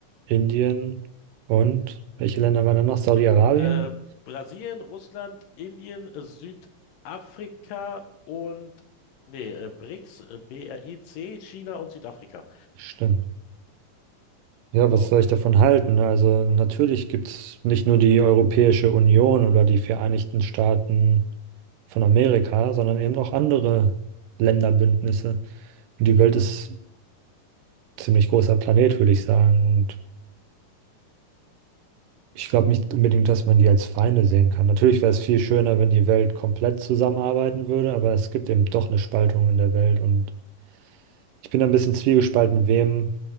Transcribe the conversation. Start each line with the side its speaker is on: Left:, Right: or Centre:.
Right: Indien und welche Länder waren da noch? Saudi-Arabien?
Left: Äh, Brasilien, Russland, Indien, äh, Südafrika und nee, äh, BRICS, äh, B-R-I-C, China und Südafrika.
Right: Stimmt. Ja,
Left: So.
Right: was soll ich davon halten? ne? Also natürlich gibt es nicht nur die Europäische Union oder die Vereinigten Staaten von Amerika, sondern eben auch andere Länderbündnisse. Und die Welt ist ein ziemlich großer Planet, würde ich sagen. Und Ich glaube nicht unbedingt, dass man die als Feinde sehen kann. Natürlich wäre es viel schöner, wenn die Welt komplett zusammenarbeiten würde, aber es gibt eben doch eine Spaltung in der Welt und ich bin da ein bisschen zwiegespalten, wem,